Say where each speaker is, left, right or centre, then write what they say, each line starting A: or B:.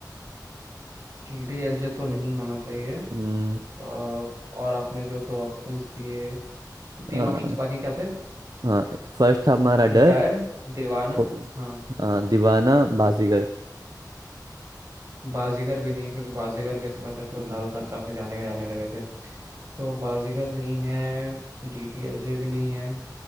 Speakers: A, on the right (about 40°); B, on the right (about 65°).
A: टीडीएल से तो नहीं होना चाहिए अ,
B: हम्म
A: और आपने जो तो ऑप्शंस दिए तीन
B: आ,
A: ऑप्शंस बाकी क्या थे
B: हाँ फर्स्ट था हमारा डर
A: डर दीवाना
B: वो-
A: हाँ
B: आ, दीवाना बाजीगर
A: बाजीगर भी नहीं है क्योंकि बाजीगर के समय तक तो
B: हम्म
A: शाहरुख खान काफी जाने जाने लगे थे तो बाजीगर नहीं है डीडीएलजे भी नहीं है